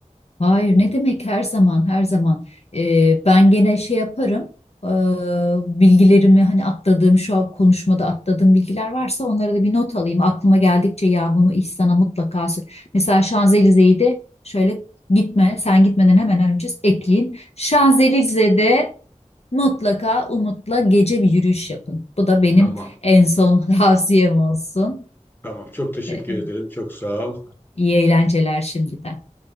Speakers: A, on the left; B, on the left.
A: Hayır, ne demek her zaman her zaman Ee, ben gene şey yaparım Ee, bilgilerimi hani atladığım şu an konuşmada atladığım bilgiler varsa onlara da bir not alayım aklıma geldikçe ya bunu İhsan'a mutlaka sö- mesela Şanzelize'yi de şöyle gitme sen gitmeden hemen önce ekleyeyim Şanzelize'de mutlaka Umut'la gece bir yürüyüş yapın bu da benim
B: Tamam.
A: en son <laughs> tavsiyem olsun
B: Tamam. Çok teşekkür
A: Ee,
B: ederim. Çok sağ ol.
A: iyi eğlenceler şimdiden.